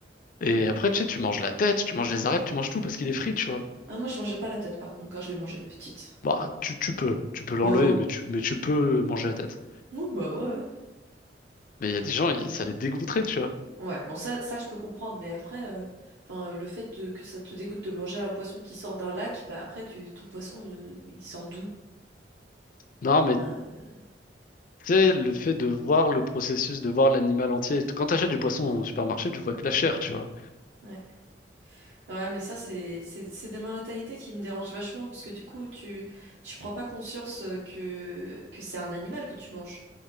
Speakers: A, on the left; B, on the right.
A: Et après, tu sais, tu manges la tête, tu manges les arêtes, tu manges tout parce qu'il est frit, tu vois.
B: Ah, moi, je mangeais pas la tête, par contre, quand je les mangeais petite.
A: Bah, tu, tu peux, tu peux
B: Bon,
A: l'enlever, mais tu, mais tu peux manger la tête.
B: oui, bah ouais, ouais.
A: Mais il y a des gens, ils- ça les dégoûterait, tu vois.
B: Ouais, bon, ça, ça, je peux comprendre, mais après, euh, enfin, euh, le fait de- que ça te dégoûte de manger un poisson qui sort d'un lac, bah après, tu, ton poisson, euh, il sort d'où?
A: Non, mais
B: Enfin,
A: tu
B: euh,
A: sais, le fait de voir le processus, de voir l'animal entier. Quand t'achètes du poisson au supermarché, tu vois que la chair, tu vois.
B: ouais. Ouais, mais ça, c'est, c'est, c'est des mentalités qui me dérangent vachement, parce que du coup, tu, tu prends pas conscience euh, que, que c'est un animal que tu manges.